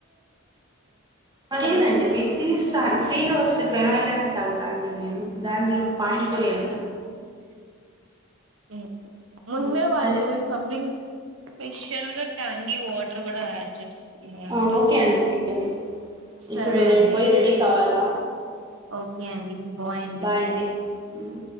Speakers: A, on the right; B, on the right.
A: పర్లేదండి
B: కలుస్తాం
A: మీరు ప్లీజ సార్ ఫ్రీగా పెనాయిల్. తగగుతాండిను దాంట్లో పాణిపూరి ఎంత
B: ఉ ముందే
A: హ్మ్.
B: వాళ్ళు
A: సరే.
B: సంథింగ్ స్పెష్యల్ గట్టా అంగ వాటర్ కూడా అడ్జస్ట్ బాగుంటాం
A: ఆ! ఓకే అండి. ఓకే అండి.
B: సరే
A: ఇప్పుడు నేను
B: అండి
A: పోయి రెడీ కావాలా?
B: ఓకే అండి బాయిడి
A: బాయ్ అండి. హ్మ్.